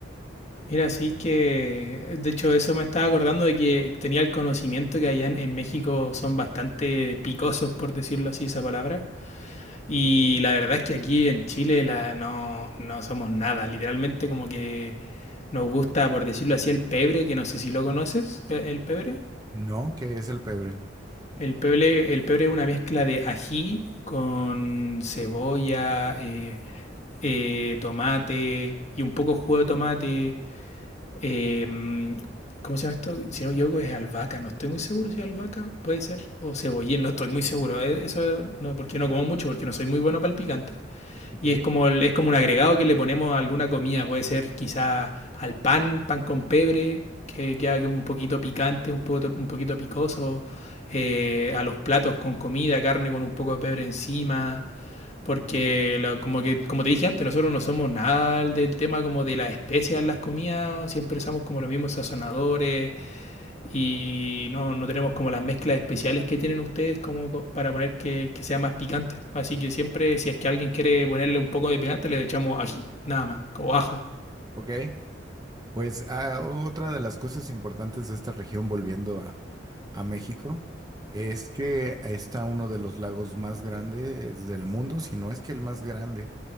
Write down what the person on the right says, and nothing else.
No, que es el pebre.
Ok.
Ok. Pues ah, otra de las cosas importantes de esta región, volviendo a, a México, es que está uno de los lagos más grandes del mundo, si no es que el más grande.